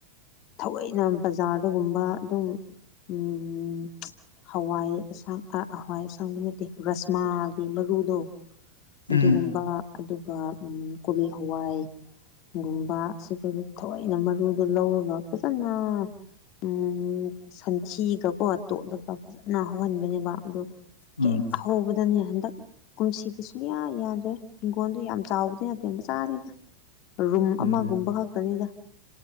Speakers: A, on the left; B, on the left.
A: ꯊꯑꯣꯏꯅ ꯕꯖꯥꯔ ꯗꯒꯨꯝꯕ ꯑꯗꯨꯝ ꯎꯝ ꯍꯋꯥꯏ ꯑꯁꯥꯡ ꯑ ꯍꯋꯥꯏ ꯑꯁꯥꯡꯕꯤ ꯅꯠꯇꯦ ꯔꯁꯃꯥꯒꯤ ꯃꯔꯨꯗꯣ
B: ꯎꯝ
A: ꯑꯗꯨꯒꯨꯝꯕ ꯑꯗꯨꯒ ꯀꯣꯂꯤ ꯍꯋꯥꯏ ꯒꯨꯝꯕ ꯁꯤꯈꯣꯏꯗ ꯊꯑꯣꯏꯅ ꯃꯔꯨꯗꯣ ꯂꯧꯔꯒ ꯐꯖꯅ ꯎꯝ ꯁꯟꯊꯤꯒꯀꯣ ꯇꯣꯠꯂꯒ ꯐꯖꯅ ꯍꯧꯍꯟꯕꯅꯦꯕ ꯑꯗꯣ
B: ꯎꯝ
A: ꯍꯦꯛ ꯍꯧꯕꯗꯅꯦ ꯍꯟꯗꯛ ꯀꯨꯝꯁꯤꯒꯤ ꯁꯨꯡꯌꯥ ꯌꯥꯗ꯭ꯔꯦ ꯍꯤꯡꯒꯣꯟꯗꯣ ꯌꯥꯝ ꯆꯥꯎꯕꯗꯤ ꯅꯠꯇꯦ ꯃꯆꯥꯅꯤꯗ ꯔꯨꯝ
B: ꯎꯝ
A: ꯑꯃꯒꯨꯝꯕ ꯈꯛꯇꯅꯤꯗ